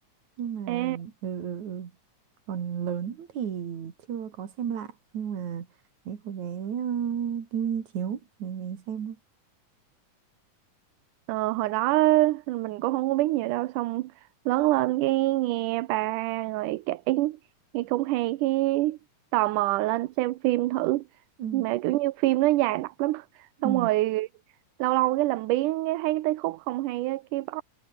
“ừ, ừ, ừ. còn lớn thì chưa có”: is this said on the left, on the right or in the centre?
Right